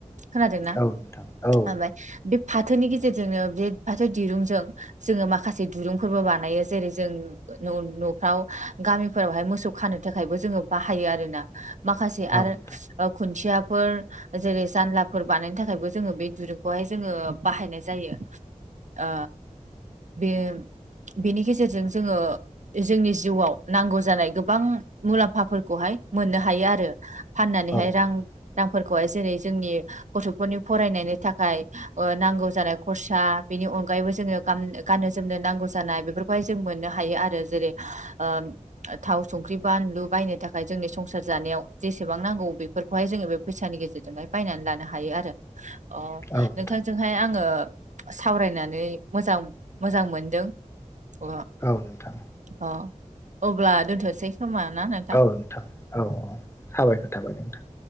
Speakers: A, on the right; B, on the left.
A: खोनादोंनाा
B: औ नोंथां औ
A: ओमफ्राय बे फाथोनि गेजेरजोंनो बे फाथो दिरुंजों जोंङो माखासे दुरुंफोरबो बानायो जेरै जों न'फ्राव गामिफोरावहाय मोसौ खानो थाखायबो जोंङो बाहायो आरो ना माखासे
B: औ
A: आरो
B: नोंथां
A: ओ खुन्थियाफोर जेरै जानलाफोर बानायनो थाखायबो जोङो बे दुरुंखौहाय जोङो बाहायनाय जायो। ओ बे बेनि गेजेरजों जोङो जोंनि जिउआव नांगौ जानाय गोबां मुलाम्फाफोरखौहाय मोननो हायो आरो फाननानैहाय
B: औ नोंथां
A: रां रांफोरखौहाय जेरै जोंनि गथ'फोरनि फरायनायनि थाखाय नांगौ ओ नांगौ खरसा बेनि अनगायैबो जोङो गाम गाननो जोमनो नांगौ जानाय बेफोरखौहाय जों मोननो हायो आरो जेरै ओ थाव संख्रि बानलु बायनो थाखाय जोंनि संसार जानायाव जेसेबां नांगौ बेफोरखौहाय जोङो बे फैसानि गेजेरजोंहाय बायनानै लानो हायो आरो। अ
B: औ नोंथां
A: नोंथांजोंहाय आङो सावरायनानै मोजां मोजां मोनदों अ
B: औ नोंथां।
A: अ अब्ला दोनथ'नोसै खोमाना नों
B: औ नोंथां औ औ साबायखर थाबाय नोंथां।